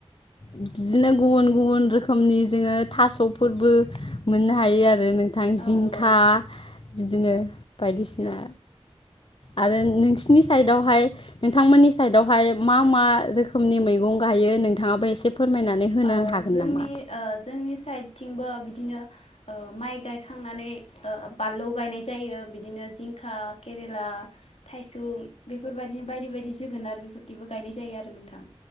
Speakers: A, on the left (about 55°); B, on the left (about 70°).
A: बिदिनो गुबुन गुबुन रोखोमनि। जोङो थास'फोरबो मोननो हायो आरो नों थां
B: औ
A: जिंखा
B: नंगौ नोंथां
A: बिदिनो बायदिसिना।
B: औ
A: आरो नोंसिनि साइडआवहाय नोंथांमोननि साइडआवहाय मा मा रोखोमनि मैगं गायो नोंथाङाबो एसे फोरमायनानै होनो
B: औ
A: हागोन
B: जोंनि
A: नामा?
B: ओ जोंनि साइडथिंबो बिदिनो ओ माइ गायखांनानै ओ बानलु गायनाय जायो बिदिनो जिंखा केरेला थायसुम बेफोरबादिनो बायदि बायदि जोगोनार बेफोरदिबो गायनाय जायो आरो नोंथां